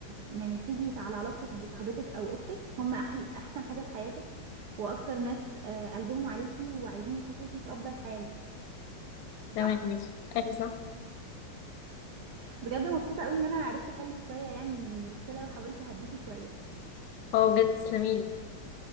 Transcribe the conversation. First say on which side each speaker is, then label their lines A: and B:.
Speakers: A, on the right; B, on the left.
A: يعني تيجي على علاقتك بصاحبتك او اختك هم أحل... احسن حاجه في حياتك واكتر ناس آه، قلبهم عليكي وعايزين يشوفوكي في افضل حال
B: تمام
A: صح
B: ماشي ايوه صح
A: بجد مبسوطه قوي ان انا عرفت احل شويه يعني من المشكله وحاولت اهديكي شويه
B: اه بجد تسلميلي